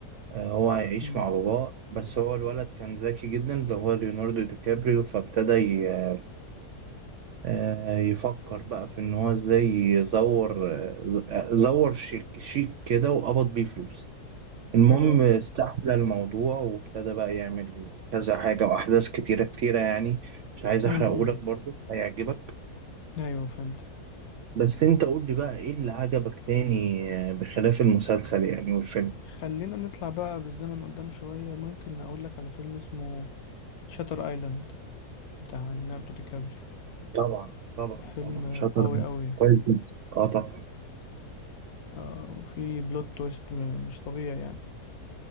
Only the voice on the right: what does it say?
آه، هو هيعيش
مع باباه بس هو الولد كان ذكي جدا اللي هو ليوناردو دي كابريو فابتدى ي- آه، يفكر بقى في ان هو ازاي يزور آه، ز- آه، زور شيك شيك كده وقبض بيه فلوس المهم
استحمل الموضوع وابتدى بقى يعمل كذا حاجة وأحداث كتيرة كتيرة يعني مش عايز
أحرقهولك
برضو هيعجبك
بس أنت قول لي بقى إيه اللي عجبك تاني آه، بخلاف المسلسل يعني والفيلم
طبعا طبعا
طبعا شاطر
كويس جدا اه طبعا